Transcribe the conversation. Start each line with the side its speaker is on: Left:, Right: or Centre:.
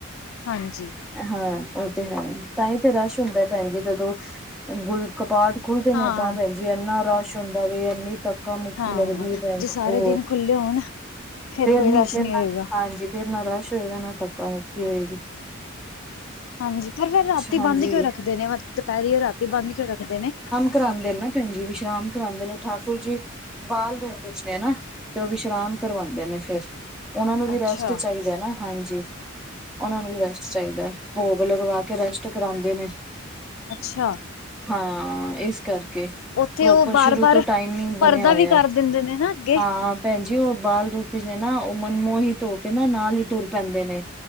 Left: ਹਾਂਜੀ
Centre: ਹਾਂ ਓ ਤੇ ਹੈ ਤਾਂਈ ਤੇ ਰਾਸ਼ ਹੁੰਦਾ ਪੈਨ ਜੀ ਜਦੋਂ ਗੁਲਕਪਾਟ। ਖੁੱਲਦੇ
Left: ਹਾਂ
Centre: ਨੇ ਤਾਂ ਪੈਨ ਜੀ ਐਨਾ ਰਾਸ਼ ਹੁੰਦਾ ਵੇ ਐਨੀ ਤੱਕ। ਧੱਕਾ ਮੁੱਕੀ
Left: ਹਾਂ
Centre: ਲੱਗਦੀ ਏ ਪੈਨ
Left: ਜੇ
Centre: ਜੀ
Left: ਸਾਰੇ
Centre: ਬੋਤ
Left: ਦਿਨ ਖੁੱਲੇ ਹੋਣ
Centre: ਫੇਰ
Left: ਕੋਈ
Centre: ਨੀ
Left: ਰਸ਼
Centre: ਫੇਰ
Left: ਨਹੀਂ ਹੋਏਗਾ।
Centre: ਹਾਂਜੀ। ਫੇਰ ਨਾ ਰਾਸ਼ ਹੋਏਗਾ ਨਾ ਧੱਕਾ ਮੁੱਕੀ ਹੋਏਗੀ‌।
Left: ਹਾਂਜੀ ਪਰ ਫੇਰ ਰਾਤੀ
Centre: ਹਾਂਜੀ
Left: ਬਾੰਦ ਕਯੋਂ ਰੱਖਦੇ ਨੇ ਦੁਪੈਰੀ ਓ ਰਾਤੀ ਬਾੰਦ ਕਯੋਂ ਰੱਖਦੇ ਨੇ।
Centre: ਕਰਾਂਦੇ ਨਾ ਪੈਨ ਜੀ ਵਿਸ਼ਰਾਮ ਕਰਾਂਦੇ ਨੇ ਠਾਕੁਰ ਜੀ। ਬਾਲ ਰੂਪ ਵਿੱਚ ਨੇ ਨਾ ਤੇ ਓ ਵਿਸ਼ਰਾਮ ਕਰਵਾਨਦੇ ਨੇ ਫੇਰ। ਓਨਾ ਨੂੰ ਵੀ
Left: ਅੱਛਾ
Centre: ਰੈਸਟ ਚਾਈਦਾ ਨਾ ਹਾਂਜੀ ਓਨਾਂ ਨੂੰ ਵੀ ਰੈਸਟ ਚਾਈਦਾ। ਭੋਗ ਲਗਵਾ ਕੇ ਰੈਸਟ ਕਰੋਂਦੇ ਨੇ।
Left: ਅੱਛਾ।
Centre: ਹਾਂ ਏਸ ਕਰ। ਕੇ
Left: ਉੱਥੇ
Centre: ਪ੍ਰੋਪਰ
Left: ਉਹ ਬਾਰ
Centre: ਸ਼ੁਰੂ
Left: ਬਾਰ
Centre: ਤੋ‌ ਟਾਈਮਿੰਗ
Left: ਪਰਦਾ
Centre: ਬਨੇਆ ਹੋਏਆ
Left: ਵੀ ਕਰ ਦਿੰਦੇ ਨੇ ਨਾ ਅੱਗੇ
Centre: ਹਾਂ। ਪੈਨ ਜੀ ਓ ਬਾਲ ਰੂਪ ਨੇ ਨਾ ਓ ਮਨਮੋਹਿਤ ਹੋਕੇ ਨਾ ਨਾਲ ਈ ਟੁਰ ਪੈਂਦੇ ਨੇ।